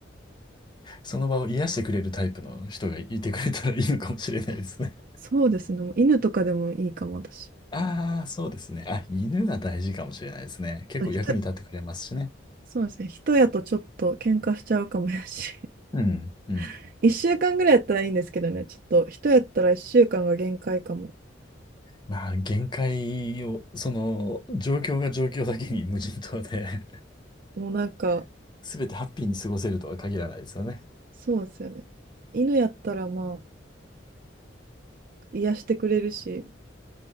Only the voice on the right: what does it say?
<laughs> そうですね、もう犬とかでもいいかも、私。
あと人、そうですね、人やとちょっと喧嘩しちゃうかもやし、
<laughs> 1週間ぐらいやったらいいんですけどね、ちょっと人やったら1週間が限界かも。
もうなんか、
そうですよね。犬やったらまあ、癒してくれるし、